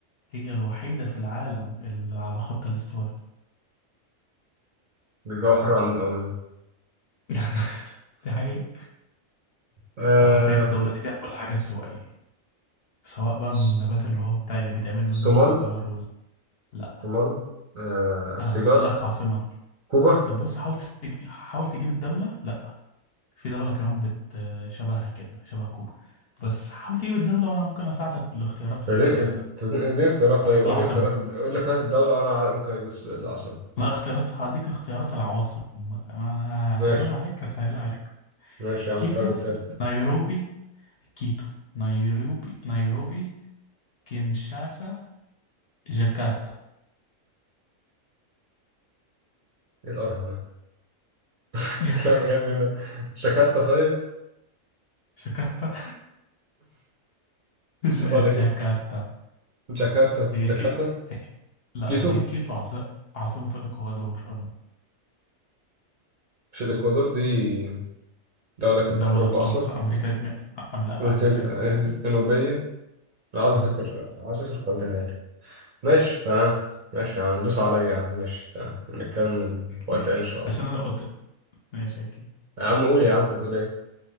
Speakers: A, on the left; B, on the right.
A: هي الوحيدة في العالم اللي على خط الاستواء
B: ده الجو حر عندهم أوي ده
A: <laughs> دي حقيقة
B: آه
A: ده حرفيا الدولة دي فيها كل حاجة استوائية سواء بقى
B: س-
A: من النبات اللي هو بتاع اللي بيتعمل منه
B: صومال
A: السيجار وال... لا
B: صومال آه سيجار
A: انا بقول لك عاصمة
B: كوبا
A: طب بص حاول تج... حاول تجيب الدولة لا في دولة كمان بت شبهها كده شبه كوبا بس حاول تجيب الدولة وانا ممكن اساعدك بالاختيارات في
B: اديني
A: ال-
B: اديني اختيارات
A: في
B: طيب قول
A: العاصمة
B: لي اختيارات الد- قول لي خيارات الدولة وأنا عارف ممكن أجيب الس- العاصمة
A: لا اختيارات هديك اختيارات العواصم انا
B: ماشي
A: هسهلها عليك هسهلها عليك
B: ماشي يا عم
A: كيتو
B: انت راجل سالك
A: نيروبي كيتو نيروبي نيروبي كينشاسا جاكرتا
B: إيه القرف ده؟ <laughs>
A: <laughs>
B: لا بجد إيه ده؟ جاكرتا طيب؟
A: جاكرتا ج-
B: <laughs> ولكن
A: جاكرتا <laughs>
B: جاكرتا
A: هي
B: جاكرتا
A: كي هي لا
B: كيتو
A: هي كيتو عاص... عاصمة الإكوادور أم،
B: مش الإكوادور دي دولة كانت
A: دولة
B: في أوروبا
A: في
B: أصلا
A: أه في أمريكا أم لا
B: أمريكا
A: أمريكا الجنوبية
B: الجنوبية لا، عاوز
A: أها
B: أذاكر عاوز أذاكر خريطة تاني ماشي تمام ماشي يا عم دوس عليا يا عم ماشي تمام نكمل وقت
A: <laughs>
B: تاني إن شاء الله
A: عشان أنا قلت ماشي أكيد
B: يا عم قول يا عم كنت بتقول إيه